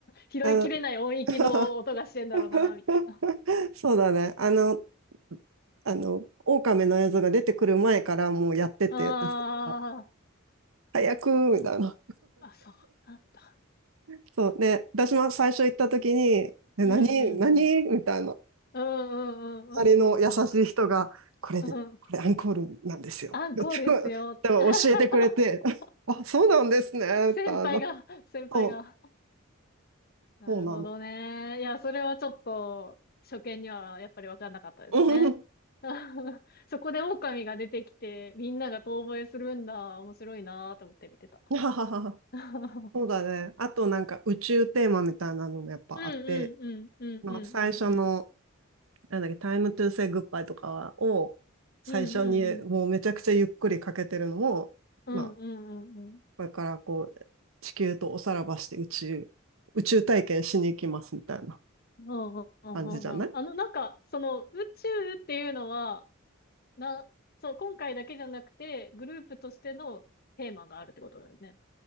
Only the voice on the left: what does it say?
拾いきれない音域の音がしてんだろうなーみたいな。
あ
あ、あ、そうなんだ。
うんうんうん。うんうんうんうんうん
うん。
うん。アンコールですよ。
<laughs>
先輩が、
先輩が。
なるほどね。
いや、それはちょっと、初見にはやっぱりわかんなかったですね。
<laughs> そこで狼が出てきて、みんなが遠吠えするんだ。面白いなーと思って見てた。
<laughs> う
ん
うんうんうんうんうんうん。
うんうんうん。うんうんうんうん。
うんうんうんうん。
あの、なんか、その宇宙っていうのは、な、そう、今回だけじゃなくて、グループとしてのテーマがあるってことだよね。